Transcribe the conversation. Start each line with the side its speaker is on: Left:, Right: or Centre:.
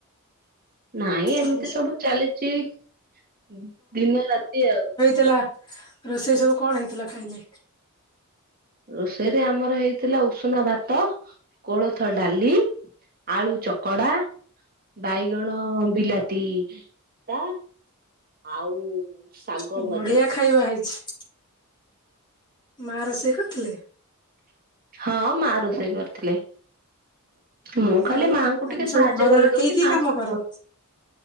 Right: ନାଇଁ ଏମିତି
Left: ଆଉ ସ
Right: ସବୁ ଚାଲିଚିଦିନ ରାତି ଆଉ
Left: ଥିଲା ରୋଷେଇ ସବୁ କଣ ହେଇଥିଲା ଖାଇଲେ
Right: ରୋଷେଇରେ ଆମର ହେଇଥିଲା ଉଷୁନା ଭାତ କୋଳଥ ଡାଲି ଆଳୁ ଚକଡ଼ା ବାଇଗଣ ବିଲାତି ପୋଡ଼ା ଆଉ ଶାଗ
Left: ଆ
Right: ଭଜା
Left: ବଢିଆ ଖାଇବା ହେଇଛି। ମା ରୋଷେଇ କରିଥିଲେ?
Right: ହଁ ମା ରୋଷେଇ କରିଥିଲେ। ମୁଁ ଖାଲି
Left: ଆଉ
Right: ମାଆଙ୍କୁ
Left: ତମେ
Right: ଟିକେ ସାହାଯ୍ୟ
Left: ସବୁ ଘରର
Right: କରିଦଉଚି
Left: କି କି
Right: ମା
Left: କାମ
Right: ସବୁ
Left: କର?
Right: କରୁ